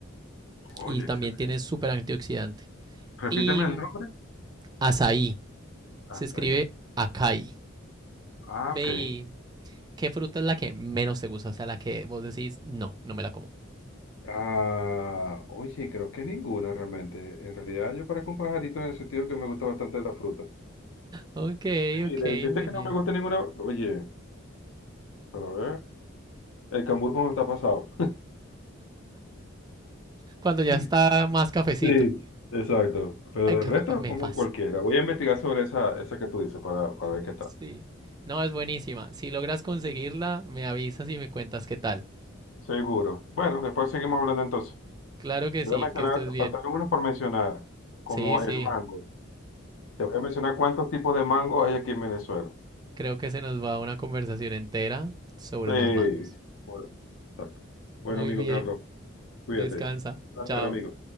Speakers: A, on the left; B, on the right.
A: oye,
B: y también
A: excelente.
B: tiene súper antioxidante.
A: Repíteme
B: Y
A: el nombre.
B: azaí, se
A: Azaí.
B: escribe acai.
A: Ah,
B: Ve
A: ok.
B: y, ¿qué fruta es la que menos te gusta? O sea, la que vos decís, no, no me la como.
A: Ah, oye, creo que ninguna realmente. En realidad yo parezco un pajarito en el sentido que me gusta bastante la fruta.
B: Ok,
A: Sí,
B: ok,
A: le deciste
B: muy
A: que
B: bien.
A: no me gusta ninguna. Oye, pero a ver, el cambur cómo está pasado.
B: Cuando ya
A: <laughs>
B: está más cafecito.
A: Sí, exacto. Pero
B: Ay, ca-
A: el resto,
B: me
A: como
B: pasa
A: cualquiera. Voy a investigar sobre esa, esa que tú dices para, para
B: Mm,
A: ver qué tal.
B: Sí. No, es buenísima. Si logras conseguirla, me avisas y me cuentas qué tal.
A: Seguro. Bueno, después seguimos hablando entonces.
B: Claro que
A: Te
B: sí,
A: voy a mencionar,
B: que estés bien.
A: faltaron unos por mencionar, como
B: Sí, sí.
A: el mango. Te voy a mencionar cuántos tipos de mango hay aquí en Venezuela.
B: Creo que se nos va una conversación entera sobre
A: Sí,
B: los mangos.
A: por- exacto. Bueno,
B: Muy
A: amigo
B: bien.
A: Carlos, cuídate.
B: Descansa.
A: Un placer,
B: Chao.
A: amigo.